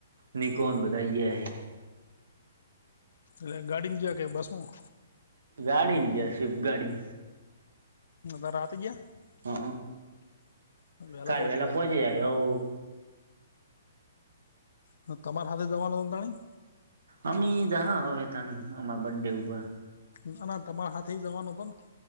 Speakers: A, on the right (about 90°); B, on the left (about 70°).
A: નિકોન બધા ગીયા હૈ
B: એટલે ગાડીમાં ગીયા કે બસમાં?
A: ગાડીમ ગીયા સ્વિફ્ટ ગાડી
B: નતા રાતે ગયા
A: હઅ
B: વહેલા
A: કાલ
B: પોચી
A: વેલા
B: જાય.
A: પહોંચી
B: હ
A: હવ
B: હ તમારે હાથે જવાનું હતાણી
A: અમી જાહા અવે તન અમા બડે ઉપર
B: ના ના તમાર હાથ ઈ જવાનું હતો ન